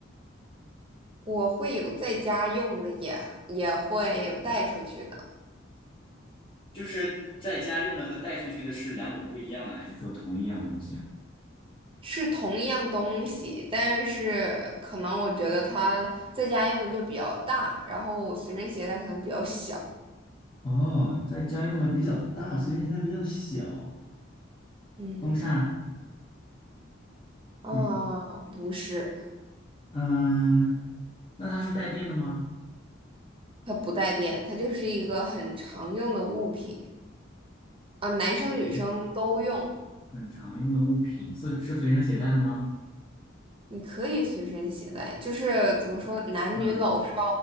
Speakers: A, on the right; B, on the left.
A: 我会有在家用的也，也会有带出去的，
B: 就是在家用的和带出去的是两种不一样的，还还是是说同一样东西啊？
A: 是同一样东西，但是可能我觉得它在家用的就比较大，然后我随身携带可能比较小。
B: 哦，在家用的比较大，所以现在比较小。
A: 嗯，
B: 风扇
A: 啊，
B: 是吗？
A: 不是，
B: 嗯、那它是带电的吗？
A: 它不带电，它就是一个很常用的物品啊，男生女生都用，
B: 哎很常用的物品是是随身携带的吗？
A: 你可以随身携带，就是怎么说，男女老少
B: 嗯，